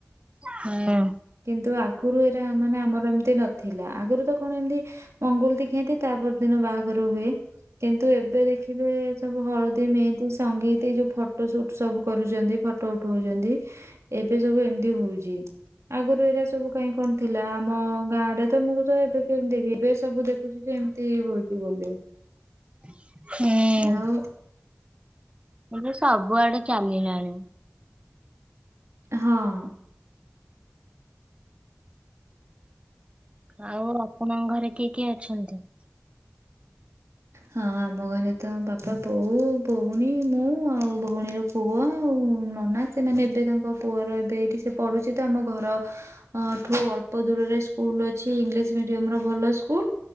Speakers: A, on the right; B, on the right.
A: ହଁ।
B: କିନ୍ତୁ ଆଗରୁ ଏରା ମାନେ ଆ ଆମର ଏମତି ନଥିଲା ଆଗରୁ ତ କଣ ଏମିତି ମଙ୍ଗୁଳୁତି ଖାଆନ୍ତି ତା ପର ଦିନ ବାହାଘର ହୁଏ। କିନ୍ତୁ ଏବେ ଦେଖିବେ ସବୁ ହଳଦୀ ମେହେନ୍ଦୀ ସଙ୍ଗୀତି ଏ ଯୋଉ ଫଟୋ ଫଟୋ ସୁଟ୍ ସବୁ କରୁଛନ୍ତି ଫଟୋ ଉଠୋଉଛନ୍ତି ଏବେ ସବୁ ଏମିତି ହୋଉଛି। ଆ ଆଗରୁ ଏରା ସବୁ କାଇଁ କଣ ଥିଲା ଆମ ଗାଁ ଡେତ ମୁଁ ତ ଏବେ କେମିତି ଏବେ ସବୁ ଦେଖୁଚୁ ଯେ ଏମ୍ ତି ହୋଉଚି ବୋଲି।
A: ହୁଁ।
B: ଆଉ
A: ଏବେ ସବୁଆଡେ ଚାଲିଲାଣି।
B: ହଁ।
A: ଆଉ ଆପଣଙ୍କ ଘରେ କିଏ କିଏ ଅଛନ୍ତି?
B: ହଁ ଆମ ଘରେ ତ ବାପା ବୋଉ ଭଉଣୀ ମୁଁ ଆଉ ଭଉଣୀର ପୁଅ ଆଉ ନନା। ସେମାନେ ଏବେ ତାଙ୍କ ପୁଅର ଏବେ ଏଇଠି ସେ ପଢୁଚି ତ ଆମ ଘର ଆଠୁ ଅଳ୍ପ ଦୂରରେ ସ୍କୁଲ ଅଛି ଇଂଙ୍ଗିଲିସ୍‌ ମିଡିୟମ୍ ର ଭଲ ସ୍କୁଲ।